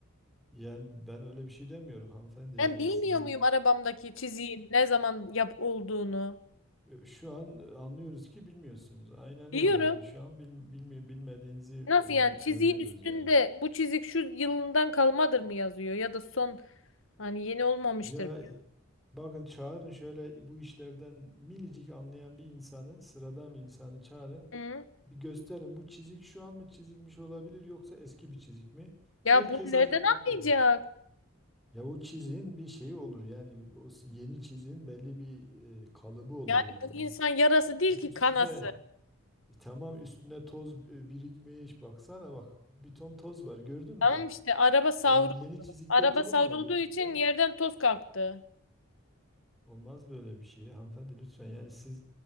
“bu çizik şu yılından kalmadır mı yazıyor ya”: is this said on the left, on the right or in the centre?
Left